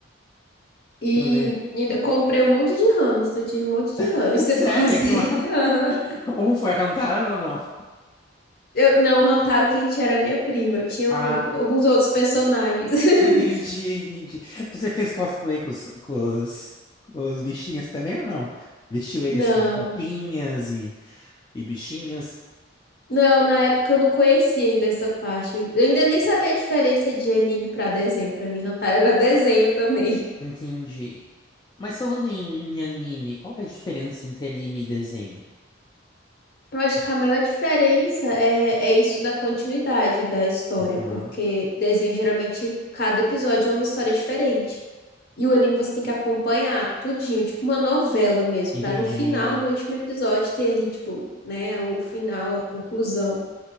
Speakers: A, on the left; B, on the left.
A: E
B: Eu lembro.
A: ainda comprei um monte de hamster. Eu tive um monte de hamster
B: <laughs> Sério,
A: <laughs> por causa
B: que
A: dele.
B: massa.
A: <laughs> Aham.
B: Um foi Hantaro ou não?
A: Eu, não, o Rantaro, quem tinha era minha prima. Eu tinha
B: Ah.
A: o- alguns outros personagens. <laughs>
B: Entendi, entendi. Você fez cosplay com os, com os, com os bichinhos também ou não? Vestiu eles
A: Não.
B: com roupinhas e, e bichinhos?
A: Não, na época eu não conhecia ainda essa parte. Eu ainda nem sabia a diferença de anime pra desenho. Pra mim, Rantaro era desenho também.
B: Entendi. Mas falando em, em anime, qual que é a diferença entre anime e desenho?
A: Eu acho que a maior diferença é, é isso da continuidade da história,
B: Aham,
A: porque desenho geralmente cada episódio é uma história diferente. E o anime você tem que acompanhar tudinho, tipo uma novela mesmo,
B: Entendi.
A: pra no final, no último episódio, ter ali, tipo, né, o final, a conclusão.